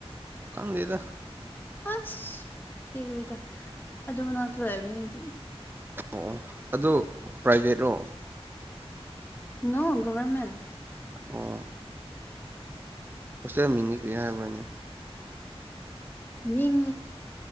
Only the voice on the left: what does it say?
ꯑꯁ ꯢꯪꯉꯤꯗ ꯑꯗꯨ ꯃꯅꯥꯛꯇ ꯂꯩꯕꯅꯤ ꯑꯩꯗꯤ
ꯅꯣ ꯒꯣꯚꯔꯃꯦꯟꯠ
ꯃꯤꯡ